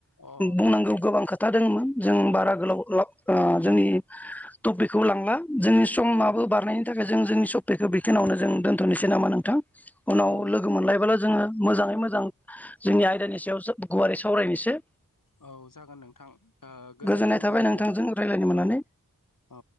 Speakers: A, on the left; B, in the centre.
A: अ
B: बुंनांगौ गोबां खोथा था दोंमोन जों
A: उम
B: बारा गोलाव खालाम ओ जोंनि टपिकखौ लांला जोंनि सम
A: औ
B: आबो बारनायनि थाखाय जों जोंनि सप्पिखौ बेखिनिआवनो जों दोनथनोसै नामा नोंथां उनाव
A: औ
B: लोगो मोनलायबाल मोजाङै मोजां औ जोंनि आयदानि सायावसो गुवारै सावरायनोसो
A: औ जागोन नोंथां ओ गोजोन्थों
B: गोजोननाय थाबाय
A: बिदिब्ला
B: नोंथांजों रायज्लायनो मोननानै
A: औ औ